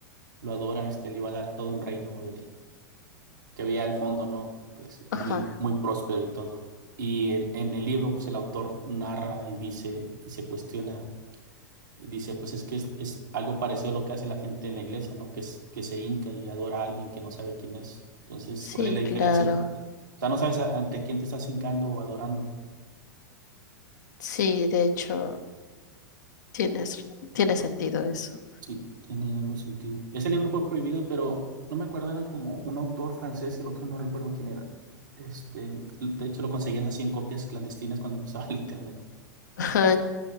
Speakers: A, on the right (about 75°); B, on the left (about 65°).
A: lo adora, este, le iba a dar todo un reino de, que había al fondo, ¿no? Que es muy,
B: Ajá,
A: muy próspero y todo. Y el- en el libro, pues el autor narra y dice, y se cuestiona, y dice, pues es que es, es algo parecido a lo que hace la gente en la iglesia, ¿no? Que, es- que se hinca y adora a alguien que no sabe quién es. Entonces,
B: sí,
A: ¿cuál es la diferencia?
B: claro.
A: en- O sea, no sabes a- ante quién te estás hincando o adorando.
B: Sí, de hecho, tienes, tiene sentido eso.
A: Sí, tiene algo sentido. Ese libro fue prohibido, pero no me acuerdo, era como un autor francés y el otro no recuerdo quién era. Este, de hecho, lo conseguías así en copias clandestinas cuando empezaba <laughs> el internet.
B: <laughs> Ajá.